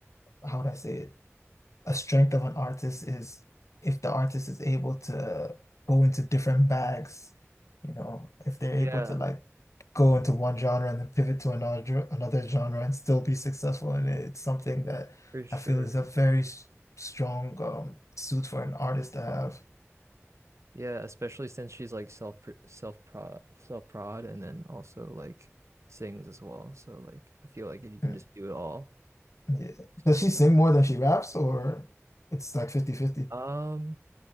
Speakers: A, on the left; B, on the right.
A: how would I say it? A strength of an artist is if the artist is able to go into different bags, you know, if they're able
B: Yeah.
A: to like go into one genre and then pivot to another gen- another genre and still be successful in it. It's something that
B: For sure.
A: I feel is a very s- strong um, suit for an artist to have.
B: Yeah, especially since she's like self self prod self prod and then also like sings as well. So like I feel like if you can
A: Mm,
B: just do it all.
A: Yeah.
B: super-
A: Does she sing more than she raps, or it's like fifty fifty?
B: Um